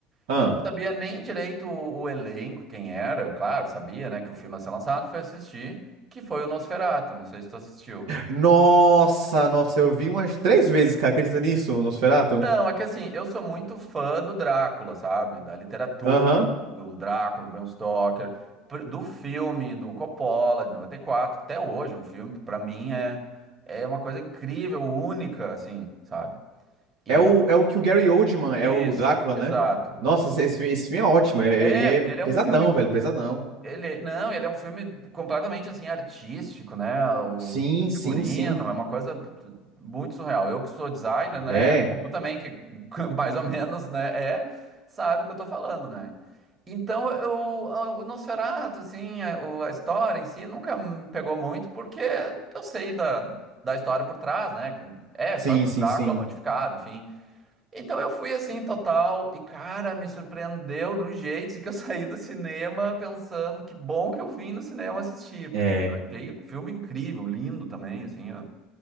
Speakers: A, on the right; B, on the right.
A: Ah.
B: Eu não sabia nem direito o, o elenco, quem era. Eu, claro, sabia, né, que o filme ia ser lançado, fui assistir, que foi o Nosferatu, não sei se tu assistiu.
A: Nossa, nossa, eu vi umas três vezes, cara. Acredita nisso, Nosferatu?
B: Então, é que assim, eu sou muito fã do Drácula, sabe? Da literatura,
A: Aham.
B: do Drácula, Bram Stoker, pr- do filme do Coppola de 94, até hoje, é um filme para mim é é uma coisa incrível, única, assim, sabe? E
A: É o, é o que o Gary Oldman é
B: isso,
A: o Drácula,
B: exato.
A: né? Nossa, esse, esse filme é ótimo. é-
B: É,
A: é- E é,
B: porque ele é
A: pesadão,
B: um filme
A: velho, pesadão.
B: Ele, não, ele é um filme completamente assim artístico, né? O
A: Sim, sim,
B: figurino
A: sim.
B: é uma coisa t- muito surreal. Eu que sou designer, né?
A: É.
B: Bom, tu também que <laughs> mais ou menos, né? É, sabe o que eu tô falando, né? Então, eu, a- o Nosferatu, assim, a, o- a história em si nunca me pegou muito porque eu sei da, da história por trás, né? que É a
A: Sim,
B: história do
A: sim,
B: Drácula
A: sim.
B: modificado, enfim. Então eu fui assim, total, e cara, me surpreendeu de um jeito assim, que eu <laughs> saí do cinema pensando que bom que eu vim no cinema assistir,
A: É.
B: porque eu achei o filme incrível, lindo também, assim, ó,